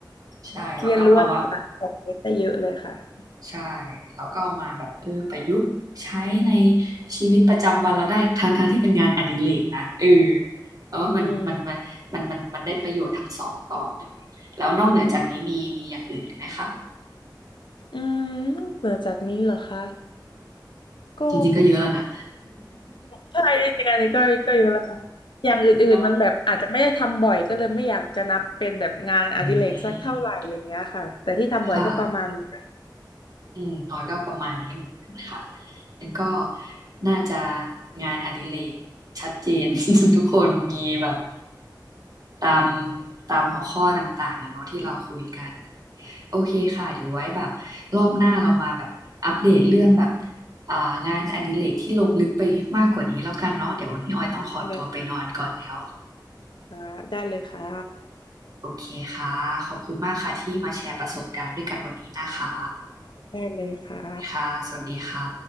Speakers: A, on the right (about 50°); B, on the left (about 80°).
A: ใช่เราก็เอามา
B: เรียนรู้อะไรจากพอดแคสต์ได้เยอะเลยค่ะ
A: ใช่เราก็เอามาแบบเออประยุกต์ใช้ในชีวิตประจำวันเราได้ทั้งทั้งที่เป็นงานอดิเรกนะเออเพราะว่ามันมันมันมันมันมันได้ประโยชน์ทั้งสองต่อเลยแล้วนอกเหนือจากนี้มีมีอย่างอื่นอีกไหมคะ
B: อืมอืมนอกเหนือจากนี้เหรอคะ ก็
A: จริงๆก็เยอะแล้วนะ
B: ใช่จริงๆอันนี้ก็ก็เยอะแล้วค่ะอย่างอื่นๆมันแบบอาจจะไม่ได้ทำบ่อยก็เลยไม่อยากจะนับเป็นแบบงานอดิเรกสักเท่าไหร่อย่างเงี้ยค่ะแต่ที่ทำบ่อยก็ประมาณนี้ได้
A: <laughs> เนาะอืม ค่ะอืมออยก็ประมาณนี้เหมือนกันค่ะแล้วก็น่าจะงานอดิเรกชัดเจน <laughs> ทุกคนมีแบบตามตามหัวข้อต่างๆอะเนาะที่เราคุยกันโอเคค่ะเดี๋ยวไว้แบบรอบหน้าเรามาแบบอัปเดตเรื่องแบบอ่างานอดิเรกที่ลงลึกไปมากกว่านี้แล้วกันเนาะเดี๋ยววันนี้ออยต้องขอตัวไปนอนก่อนแล้ว
B: เลยนะคะได้เลยค่ะ
A: โอเคค่ะขอบคุณมากค่ะที่มาแชร์ประสบการณ์ด้วยกันวันนี้นะคะ
B: ได้เลยค่ะ
A: ค่ะสวัสดีค่ะ